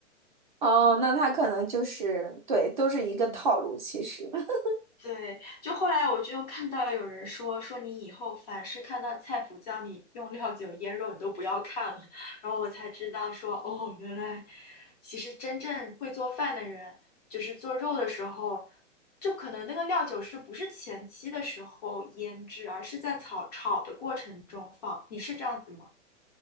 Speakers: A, on the right; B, on the left.
A: 哦，那他可能就是对，都是一个套路。
B: 嗯。
A: 其实，<laughs>
B: 对，就后来我就又看到有人说说你以后凡是看到菜谱教你用料酒腌肉，你都不要看了。然后我才知道说哦，原来其实真正会做饭的人，就是做肉的时候，就可能那个料酒是不是前期的时候腌制，而是在炒炒的过程中放。你是这样子吗？